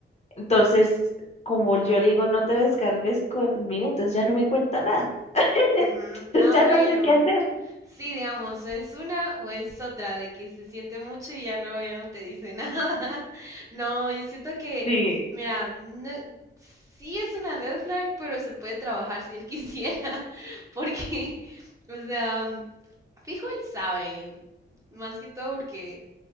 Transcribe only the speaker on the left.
entonces, como yo le digo, no te descargues conmigo, entonces ya no me cuenta nada, <laughs>
entonces
ya
no sé qué hacer.
Sí,